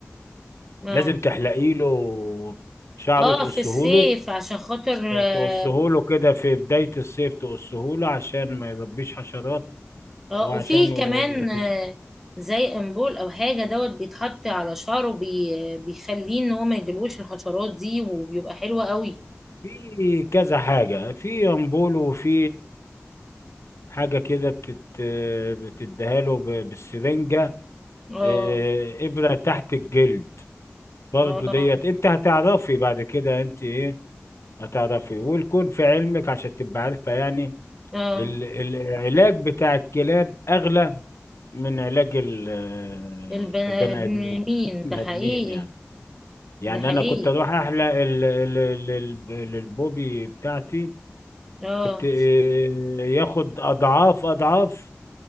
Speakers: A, in the centre; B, on the left.
A: اه
B: لازم تحلقي له شعره
A: اه
B: تقصه
A: في الصيف
B: له
A: عشان خاطر اه
B: تقصه له كده في بداية الصيف تقصه له عشان ما يربيش حشرات
A: آه،
B: وعشان
A: وفي
B: و...
A: كمان
B: وت-
A: آه، زي امبول او حاجه دوت بيتحط على شعره بي بيخليه ان هو ما يجيلوش الحشرات دي وبيبقى حلو قوي
B: في كذا حاجة في أمبول وفي حاجة كده بتت... بتديها له ب... بالسرنجة
A: اه
B: آه، إبرة تحت الجلد برضو
A: اه
B: ديت أنت هتعرفي بعد كده أنت إيه هتعرفي والكون في علمك عشان تبقى عارفة يعني
A: اه
B: ال... ال- العلاج بتاع الكلاب أغلى من علاج ال... آه،
A: البني
B: البني
A: ادمين
B: آدمين <laughs> البني
A: ده حقيقي
B: آدمين يعني يعني
A: ده حقيقي
B: أنا كنت أروح أحلق ال... ال... ال... ال- البوبي بتاعتي
A: اه
B: كنت آه، ياخد أضعاف أضعاف